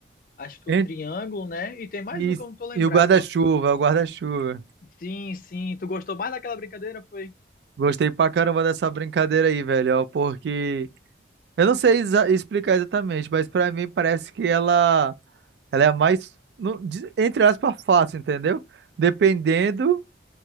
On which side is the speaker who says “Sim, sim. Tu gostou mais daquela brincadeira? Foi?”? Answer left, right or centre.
Left